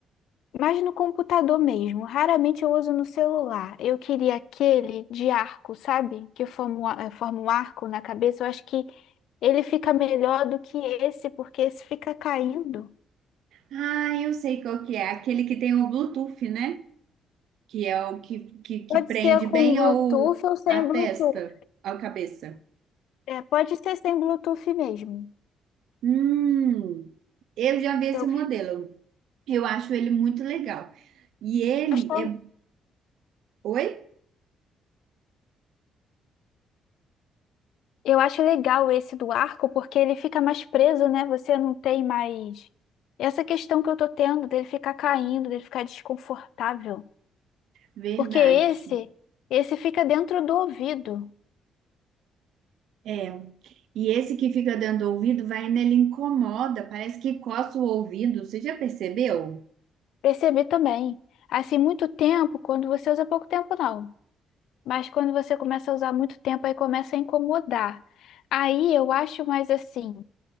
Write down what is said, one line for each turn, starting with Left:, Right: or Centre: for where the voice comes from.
Left: Mas no computador mesmo, raramente eu uso no celular. Eu queria aquele de arco, sabe? Que forma um a- eh, forma um arco na cabeça. Eu acho que ele fica melhor do que esse, porque esse fica caindo.
Right: Ah, eu sei qual que é, aquele que tem o Bluetooth, né? Que é o que, que, que
Left: Pode
Right: prende
Left: ser com
Right: bem
Left: Bluetooth
Right: ao,
Left: ou sem
Right: à testa,
Left: Bluetooth.
Right: à cabeça.
Left: É, pode ser sem Bluetooth mesmo.
Right: Hum, eu já vi esse
Left: Eu
Right: modelo. Eu acho ele muito legal. E ele
Left: acho,
Right: é. Oi?
Left: eu acho legal esse do arco, porque ele fica mais preso, né? Você não tem mais. Essa questão que eu tô tendo dele ficar caindo, dele ficar desconfortável.
Right: Verdade.
Left: Porque esse, esse fica dentro do ouvido.
Right: É. E esse que fica dando ouvido vai nele incomoda, parece que coça o ouvido. Você já percebeu?
Left: Percebi também. Assim, muito tempo, quando você usa pouco tempo, não. Mas quando você começa a usar muito tempo, aí começa a incomodar. Aí eu acho mais assim,